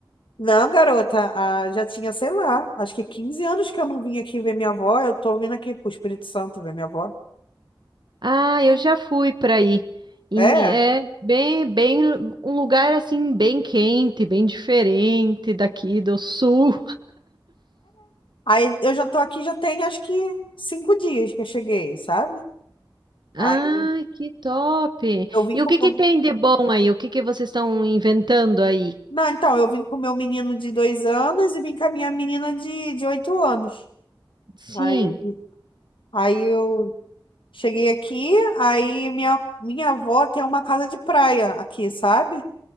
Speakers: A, on the left; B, on the right.
A: Não, garota. ah, já tinha, sei lá, acho que 15 anos que eu não vim aqui ver minha avó. Eu tô vindo aqui pro Espírito Santo ver minha avó.
B: Ah, eu já fui para aí. Em-
A: É.
B: é bem, bem, um lugar assim bem quente, bem diferente daqui do sul.
A: Aí eu já tô aqui, já tem acho que cinco dias que eu cheguei, sabe? Aí
B: Ai, que top!
A: eu vim
B: E
A: com.
B: o que que tem de bom aí? O que que vocês estão inventando aí?
A: Não, então, eu vim com meu menino de dois anos e vim com a minha menina de, de oito anos.
B: Sim.
A: Aí, aí eu cheguei aqui, aí minha, minha avó tem uma casa de praia aqui, sabe?